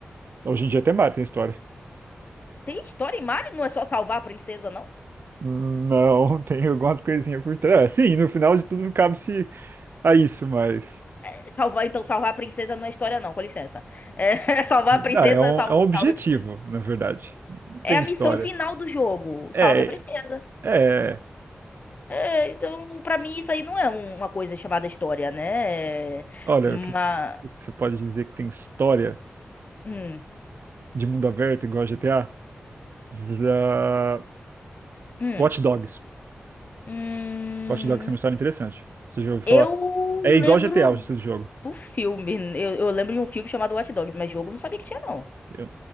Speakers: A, on the right; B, on the left.
A: Hoje em dia até Mario tem história.
B: Tem história em Mario? Não é só salvar a princesa, não?
A: Não, <laughs> tem algumas coisinhas por trás. É, Sim, no final de tudo cabe-se a isso, mas.
B: É, Salvar, então, salvar a princesa não é história, não, com licença. É, <laughs> salvar a princesa,
A: Não, é um,
B: sal-
A: é um objetivo,
B: salve a princesa.
A: na verdade. Não
B: É
A: tem
B: a
A: história.
B: missão final do jogo.
A: É,
B: Salve a princesa.
A: é.
B: É, então, pra mim, isso aí não é um- uma coisa chamada história, né?
A: Olha,
B: Mas.
A: o que o que você pode dizer que tem história
B: Hum,
A: de mundo aberto igual a GTA? Za-
B: hum,
A: Watch Dogs.
B: hum,
A: Watch Dogs é uma história interessante. Você já ouviu
B: eu
A: falar? É
B: lembro
A: igual GTA, o estilo de jogo.
B: do filme. Eu, eu lembro de um filme chamado Watch Dogs, mas jogo eu não sabia que tinha, não.
A: Eu-